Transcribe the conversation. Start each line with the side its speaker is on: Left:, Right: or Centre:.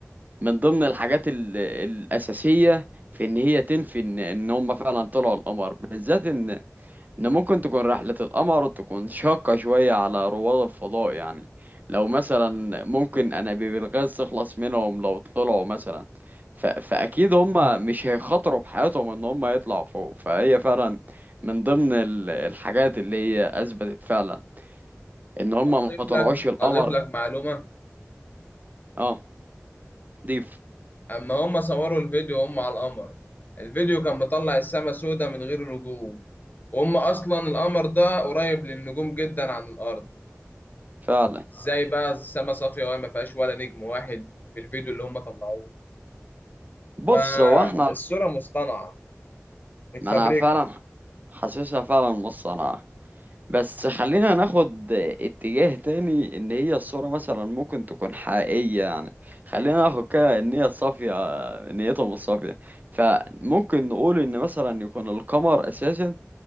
Right: من ضمن الحاجات ال- الأساسية في ان هي تنفي ان ان هم فعلا طلعوا القمر بالذات ان ممكن تكون رحلة القمر تكون شاقة شوية على رواد الفضاء يعني لو مثلا ممكن انابيب الغاز تخلص منهم لو طلعوا مثلا ف... فاكيد هم مش هيخاطروا بحياتهم ان هم يطلعوا فوق فهي فعلا من ضمن ال- الحاجات اللي هي اثبتت فعلا ان هم
Left: أضيف
Right: ما طلعوش
Left: لك
Right: القمر
Left: أضيف لك معلومة
Right: اه ضيف
Left: اما هم صوروا الفيديو هم على القمر الفيديو كان مطلع السما سودة من غير نجوم وهم اصلا القمر ده قريب للنجوم جدا عن الارض
Right: فعلا
Left: ازاي بقى السما صافية وما فيهاش ولا نجم واحد في الفيديو اللي هم طلعوه
Right: بص
Left: فالصورة
Right: هو احنا
Left: مصطنعة متفبركة
Right: ما انا فعلا حاسسها فعلا نص انا بس خلينا ناخد اتجاه تاني ان هي الصورة مثلا ممكن تكون حقيقية يعني خلينا ناخد كده ان هي صافية نيتهم الصافية فممكن نقول ان مثلا يكون القمر اساسا